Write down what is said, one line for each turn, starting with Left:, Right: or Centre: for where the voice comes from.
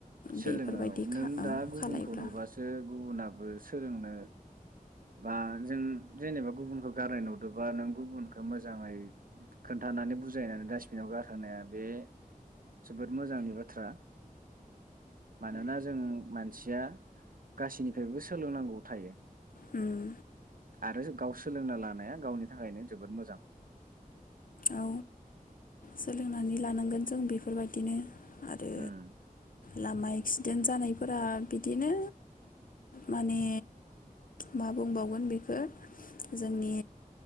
Right: सोलोङ
Left: बेफोरबायदि
Right: औ
Left: खा
Right: नों
Left: ओ
Right: दा गुबुनखौ
Left: खालायब्ला
Right: नुबासो गुबुनाबो स सोलोंनो बा जों जेनेबा गुबुनखौ गारनाय नुदोंबा नों गुबुनखौ मोजाङै खोन्थानानै बुजायनानै डास्बिनाव गारहोनाया बे जोबोद मोजांनि बाथ्रा। मानोना जों मानसिया गासै निफ्रायबो सोलोंनांगौ थायो।
Left: उम।
Right: आरो गाव सोलोंना लानाया गावनि थाखायनो जोबोद मोजां।
Left: औ सोलोंनानै लानांगोन जों बेफोर बायदिनो आरो
Right: उम
Left: लामा एक्सिडेन्ट जानाय फोरा बिदिनो माने मा बुंबावगोन बेखौ जोंनि